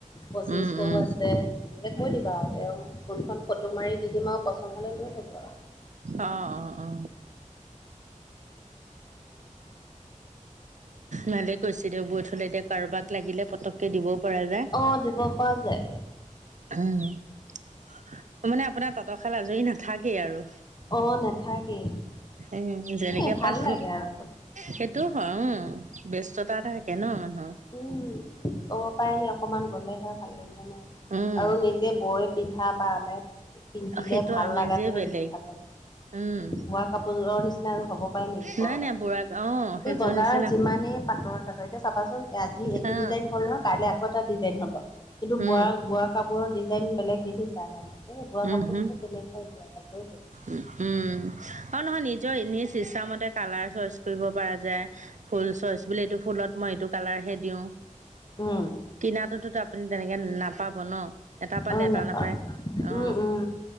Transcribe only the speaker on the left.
পঁচিছশও
আছে তেনেকৈ কৈ দিবা আৰু তেওঁ কোনখন ফটো মাৰি দি দিম আৰু পচন্দ হ'লে লৈ ল'ব আৰু
অ', দিব পৰা যায়
অ নাথাকেই
এ ভাল
লাগে আৰু।
উম ক'ব পাৰহি অকমান বলেহে ভাল লাগিব ন
আৰু নিজে বৈ পিন্ধা বা আনে পিন্ধিলে
ভাল
লাগাটোহে
বেছি ভাল লাগে,
মই কাপোৰযোৰৰ নিচিনা আৰু হ'ব। পায় নেকি কৰবাত?
তুমি
বজাৰ
যিমানেই পাটৰ - চাটৰ এতিয়া চাবাচোন যি এইটো
ডিজাইন হল নহয় কাইলৈ আকৌ এটা ডিজাইন হব কিন্তু
বোৱাৰ বোৱা কাপোৰৰ ডিজাইন বেলেগ দেখিছা জানো? এই বোৱা
কাপোৰ
সেই তেনেকুৱাই বোৱা কাপোৰে হৈ থাকে।
উম।
অ
নাপাওঁ
উম উম,